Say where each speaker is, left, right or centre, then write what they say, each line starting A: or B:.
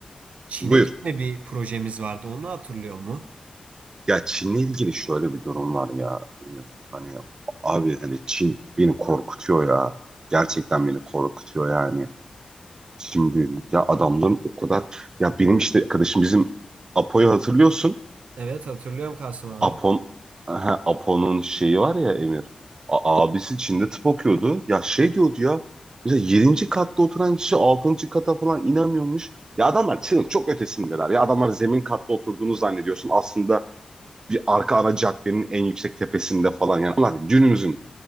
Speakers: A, on the right; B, on the right.
A: Çin'e
B: buyur.
A: gitme bir projemiz vardı. Onu hatırlıyor mu?
B: Ya Çin'le ilgili şöyle bir durum var ya Emir. Hani abi hani Çin beni korkutuyor ya. Gerçekten beni korkutuyor yani. Şimdi ya adamların o kadar ya benim işte arkadaşım bizim Apo'yu hatırlıyorsun.
A: Evet hatırlıyorum Kasım abi.
B: Apon ha, Apo'nun şeyi var ya Emir. A- abisi Çin'de tıp okuyordu. Ya şey diyordu ya. Mesela yedinci katta oturan kişi altıncı kata falan inemiyormuş. Ya adamlar Çin'in çok ötesindeler. Ya adamlar zemin katta oturduğunu zannediyorsun. Aslında bir arka ana caddenin en yüksek tepesinde falan. Yani onlar günümüzün